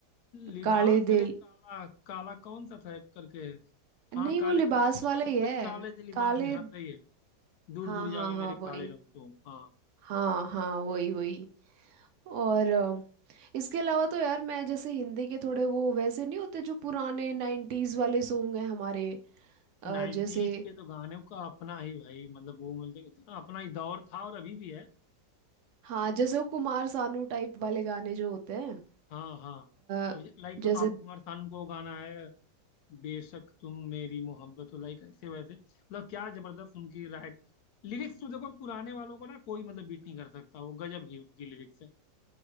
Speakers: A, on the left; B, on the right.
A: लिबास
B: काले
A: और
B: दिल
A: एक काला काला कौन सा था एक करके हाँ
B: नहीं
A: काले
B: वो लिबास
A: दे लिबास
B: वाला ही है
A: वही काले दे लिबास
B: काले
A: जी हाँ सही है दूर
B: हाँ
A: दूर जावे
B: हाँ
A: मेरे
B: हाँ वही
A: काले रंग तो हाँ
B: हाँ हाँ वही वही और अ, इसके अलावा तो यार मैं जैसे हिंदी के थोड़े वो वैसे नहीं होते जो पुराने नाइन्टीज वाले सॉन्ग हैं हमारे अ,
A: नाइन्टीज
B: जैसे
A: के तो गानों का अपना ही भाई मतलब वो मतलब इतना अपना ही दौर था और अभी भी है
B: हाँ जैसे वो कुमार सानू टाइप वाले गाने जो होते हैं
A: हाँ हाँ अब
B: अ,
A: लाइक
B: जैसे
A: आप कुमार सानू को गाना है बेशक तुम मेरी मोहब्बत हो लाइक ऐसे वैसे मतलब क्या जबरदस्त उनकी राइट लिरिक्स तो देखो पुराने वालों को ना कोई मतलब बीट नहीं कर सकता वो गजब ही उनकी लिरिक्स है